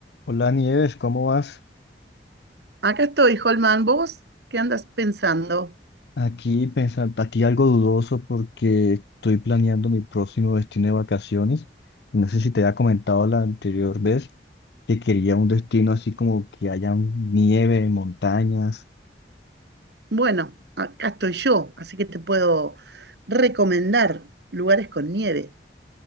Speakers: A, on the left (about 70°); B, on the right (about 75°).
A: Hola Nieves, ¿cómo vas?
B: Acá estoy, Holman. ¿Vos qué andas pensando?
A: Aquí pensando, aquí algo dudoso porque estoy planeando mi próximo destino de vacaciones. No sé si te había comentado la anterior vez que quería un destino así como que haya nieve, montañas.
B: Bueno, acá estoy yo, así que te puedo recomendar lugares con nieve.